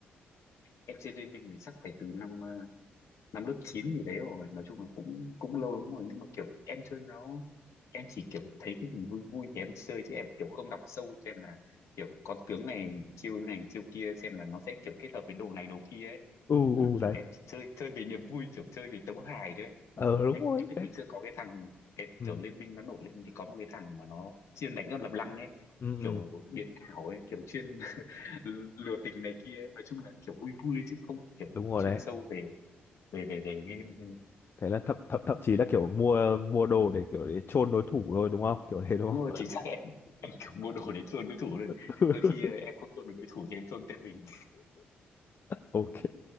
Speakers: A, on the left; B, on the left.
A: em MC Lê Minh mình chắc phải từ năm ờ, năm lớp 9 gì đấy rồi nói chung là cũng cũng lâu lắm rồi nhưng mà kiểu em chơi nó em chỉ kiểu thấy cái gì vui vui thì em chơi chứ em kiểu không đọc sâu xem là kiểu con tướng này chiêu này chiêu kia xem là nó sẽ kiểu kết hợp với đồ này đồ kia ấy
B: ừ
A: tức
B: ừ,
A: là kiểu
B: đấy
A: em chỉ chơi chơi vì niềm vui kiểu chơi vì tấu hài đấy
B: ờ đúng
A: anh
B: rồi
A: anh biết
B: đấy
A: ngày xưa có cái thằng cái
B: ừ
A: kiểu Liên Minh nó nổi lên thì có một cái thằng mà nó chuyên đánh con lập lăng ấy
B: ừ
A: kiểu
B: ừ
A: biến ảo ấy kiểu chuyên l- lừa tình này kia ấy. nói chung là kiểu vui vui ấy, chứ không phải kiểu
B: đúng
A: đi
B: rồi
A: chuyên
B: đấy
A: sâu về về về về game
B: thế là thậm thậm thậm chí là kiểu mua mua đồ để kiểu để chôn đối thủ thôi đúng không kiểu thế
A: đúng
B: đúng không
A: rồi chính xác em em kiểu mua đồ để chôn đối thủ thôi
B: <laughs>
A: đôi khi ờ, em không chôn được đối thủ thì em chôn tên mình
B: ok